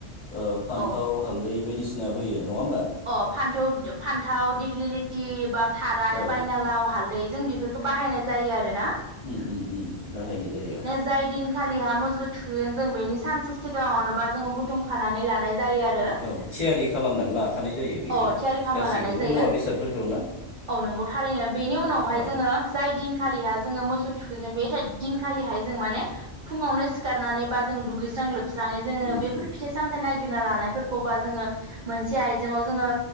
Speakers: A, on the left; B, on the right.
A: ओ फान्थाव
B: औ
A: हालदै बायदिसिना होयो नङा होनोमबा?
B: अ फान्थ फान्थाव दिग्लिलिथि बा थाराय
A: औ
B: पायनालाव हालदै जों बेफोर बाहायनाय जायो आरो ना।
A: ओम ओम बाहायनाय जायो।
B: जाय दिनखालिहा मोसौ थुगोन जों बेनि सानसे सिगाङावनोबा जोङो बुथुमखानानै लानाय जायो आरो।
A: औ थियारि खालामनानै लाखानाय जायो। बेखौ
B: औ थियारि खालामा
A: गासैखौबो
B: लानाय जायो,
A: मुवा बेसादफोरखौ ना
B: औ नंगौ थारैनो बेनि उनावहाय
A: औ
B: जोङो जाय दिनखालिहा जोङो मोसौ थुखैगोन बे दिनखालिहाय जों माने फुङावनो सिखारनानै बा जों दुगैस्रां लोब स्राङै जोङो
A: उम
B: बेफोर
A: उम
B: फिथाइ सामथाइ नायगिरना लानायफोरखौ बा जोङो मोनसे‌ आइ जेंआव जोङो